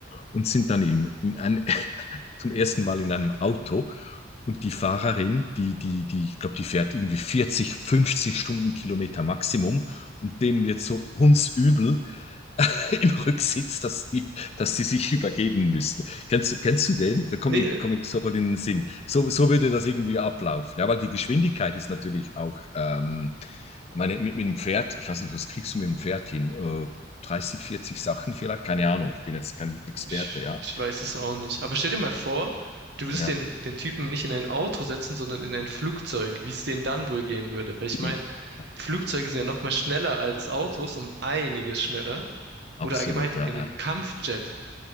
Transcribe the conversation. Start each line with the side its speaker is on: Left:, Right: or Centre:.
Left: und sind dann im, in ein, <laughs> zum ersten Mal in einem Auto Und die Fahrerin, die, die, die, ich glaube, die fährt irgendwie 40, 50 Stundenkilometer Maximum und denen wird so hundsübel <laughs> im Rücksitz, dass die, dass die sich übergeben müssen. Kennst, du- kennst du den? Da komme
Right: nee,
Left: ich, komm ich sofort in den Sinn. So, so würde das irgendwie ablaufen. Ja, weil die Geschwindigkeit ist natürlich auch, ähm, ich meine, mit, mit dem Pferd, ich weiß nicht, was kriegst du mit dem Pferd hin? Äh, 30, 40 Sachen vielleicht? Keine Ahnung, ich bin jetzt kein Experte,
Right: Ich,
Left: ja.
Right: ich weiß es auch nicht. Aber stell dir mal vor, du würdest
Left: Ja,
Right: den, den Typen nicht in ein Auto setzen, sondern in ein Flugzeug, wie es denen dann wohl gehen würde. Weil ich meine,
Left: Ui. ja
Right: Flugzeuge sind ja noch mal schneller als Autos, um einiges schneller.
Left: absolut,
Right: Oder allgemein
Left: ja,
Right: in
Left: ja,
Right: einen Kampfjet.